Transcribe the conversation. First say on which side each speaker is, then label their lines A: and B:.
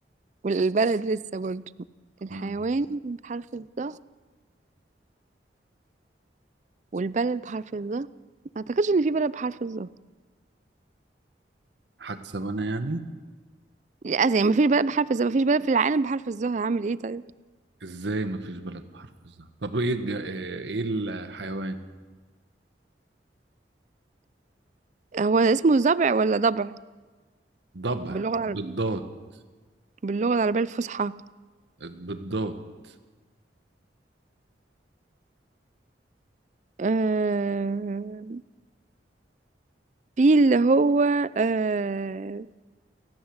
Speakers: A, on the right; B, on the right.
A: والبلد لسه برضه الحيوان
B: اه
A: بحرف الظا والبلد بحرف الظا ما اعتقدش ان في بلد بحرف الظا
B: هكسب انا يعني
A: لا يعني ما فيش بلد بحرف الظا ما فيش بلد في العالم بحرف الظا هعمل ايه طيب
B: ازاي مفيش بلد بحرف الزه طب ايه الج... ايه الحيوان
A: هو اسمه ضبع ولا ضبع
B: ضبع
A: باللغة العربية
B: بالضاد
A: باللغة العربية الفصحى
B: بالضاد
A: آه... في اللي هو آه...